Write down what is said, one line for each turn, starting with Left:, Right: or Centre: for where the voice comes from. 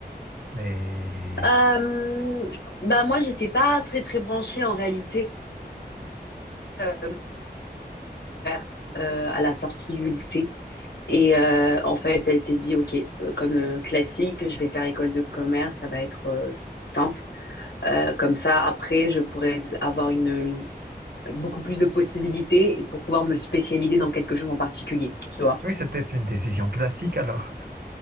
Right: mais
Left: Euh, bah moi, j'étais pas très très branchée en réalité euh, mon père, euh, à la sortie du lycée. Et euh, en fait, elle s'est dit, OK, euh, comme euh, classique, je vais faire école de commerce, ça va être euh, simple. Euh, comme ça, après, je pourrais avoir une, beaucoup plus de possibilités pour pouvoir me spécialiser dans quelque chose en particulier, tu vois.
Right: oui, c'était une décision classique alors.